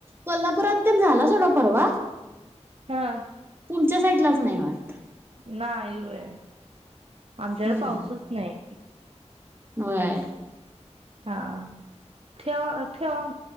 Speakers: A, on the right (about 20°); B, on the right (about 55°).
A: कोल्हापुरात त्यान झाला सोडा परवा?
B: हा.
A: तुमच्या साईडलाच नाही वाटत.
B: नाही व्हय आमच्याकडे
A: हम्म.
B: पाऊसच नाही.
A: होय.
B: हा ठेवा, ठेवा म.